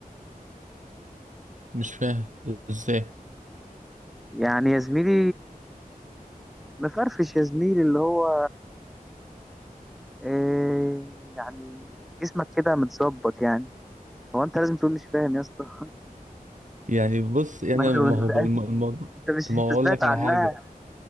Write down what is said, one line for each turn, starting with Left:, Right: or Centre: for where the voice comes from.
Right: مش فاهم ازاي
Centre: يعني يا زميلي مفرفش يا زميلي اللي هو إيه يعني جسمك كده متظبط يعني هو انت لازم تقول مش فاهم يا اسطى
Right: يعني بص
Centre: <laughs>
Right: يعني
Centre: ما انت
Right: أنا- ما
Centre: ما
Right: هو بقول-
Centre: انت
Right: الم- الموضوع
Centre: <laughs> انت مش
Right: ما
Centre: انت
Right: هو
Centre: سمعت
Right: اقول لك
Centre: عنها
Right: على حاجه